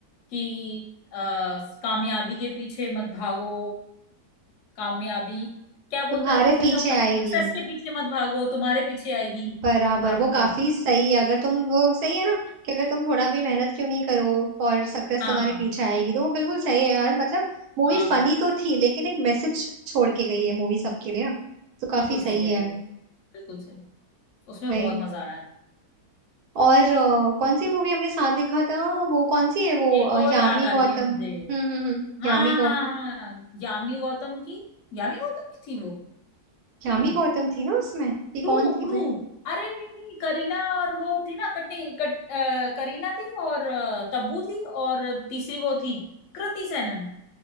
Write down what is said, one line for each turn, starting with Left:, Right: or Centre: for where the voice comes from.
Left: कि अ, कामयाबी के पीछे मत भागो कामयाबी क्या बोलता
Right: तुम्हारे
Left: है कुछ ऐसा
Right: पीछे
Left: होता है
Right: आएगी
Left: ना सक्सेस के पीछे मत भागो तुम्हारे पीछे आएगी
Right: बराबर
Left: भागकर
Right: वो काफी सही है अगर तुम वो सही है ना कि अगर तुम थोड़ा भी मेहनत क्यों नहीं करो और सक्सेस
Left: हाँ
Right: तुम्हारे पीछे आएगी तो वो बिल्कुल सही है यार मतलब मूवी
Left: हाँ
Right: फनी तो थी लेकिन एक मैसेज छोड़ के गई है मूवी सबके लिए ना तो काफी
Left: बिल्कुल
Right: सही
Left: सही कह
Right: है
Left: रहे हो बिल्कुल सही उसमें
Right: भाई।
Left: बहुत मजा आया
Right: और अ, कौन सी मूवी हमने साथ देखा था वो कौन सी है वो
Left: एक
Right: अ,
Left: <laughs> और
Right: यामी
Left: याद आ
Right: गौतम
Left: रही है मुझे
Right: हम्म हम्म हम्म
Left: हाँ
Right: यामी गौ
Left: हाँ हाँ यामी गौतम की यामी गौतम की थी वो
Right: यामी
Left: नहीं
Right: गौतम थी ना उसमें कि
Left: प्रू
Right: कौन थी
Left: प्रू
Right: भाई
Left: अरे नहीं नहीं करीना और वो थी ना कटनी कट अ, करीना थी और अ, तब्बू थी और तीसरी वो थी कृति सेनन